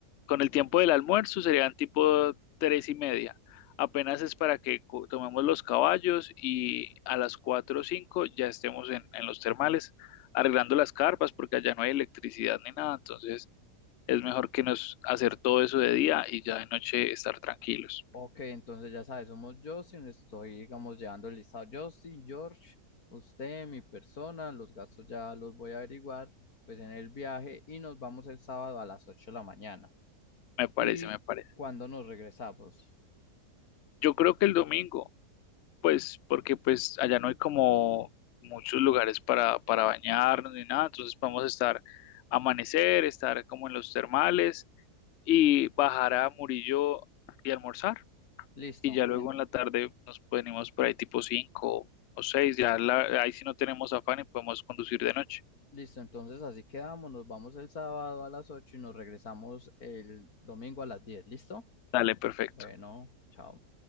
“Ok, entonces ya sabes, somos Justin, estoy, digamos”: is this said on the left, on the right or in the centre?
Left